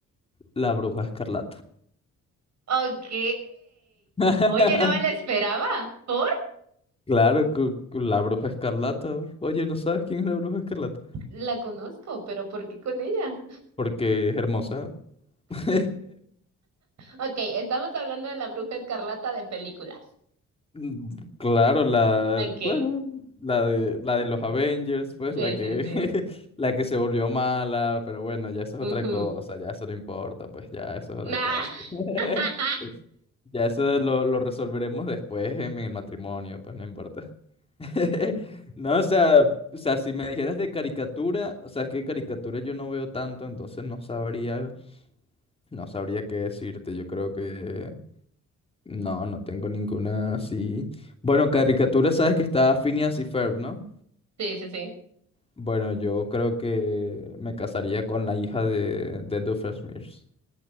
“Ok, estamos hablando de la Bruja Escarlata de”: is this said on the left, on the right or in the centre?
Right